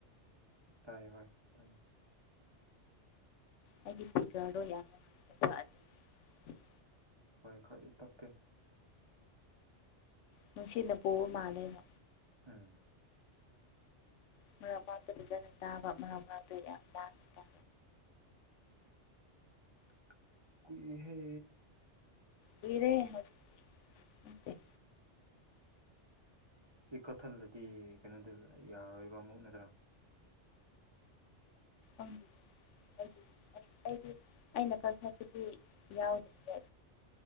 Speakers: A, on the right; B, on the left.
A: ꯇꯥꯏꯌꯦ ꯍꯣꯏ ꯇꯥꯏꯌꯦ
B: ꯑꯩꯒꯤ ꯏꯁꯄꯤꯀꯔꯗꯣ ꯌꯥꯝꯅ ꯅꯨꯡꯉꯥꯏꯇꯕ ꯑꯗꯨꯅꯤ
A: ꯍꯣꯏ ꯈꯔꯗꯤ ꯇꯞꯄꯦ
B: ꯅꯨꯡꯁꯤꯅ ꯄꯨꯕ ꯃꯥꯥꯟꯅꯦ
A: ꯑꯝ
B: ꯃꯥꯔꯛ ꯃꯥꯔꯛꯇ ꯐꯖꯟꯅ ꯇꯥꯕ ꯃꯥꯔꯛ ꯃꯥꯔꯛꯇ ꯌꯥꯝ ꯂꯥꯡꯅ ꯇꯥꯕ
A: <inaudible> ꯀꯨꯏꯍꯦ
B: ꯍꯔꯦ ꯃꯦ <unintelligible>
A: ꯁꯤ ꯀꯠꯊꯜꯂꯗꯤ ꯀꯩꯅꯣꯗ ꯌꯥꯔꯔꯣꯏꯕ ꯑꯃꯨꯛ ꯅꯠꯇ꯭ꯔꯥ
B: ꯎꯝ ꯑꯩꯗꯤ ꯑꯩꯅ ꯀꯜꯊꯠꯇꯗꯤ ꯌꯥꯎꯗ꯭ꯔꯦ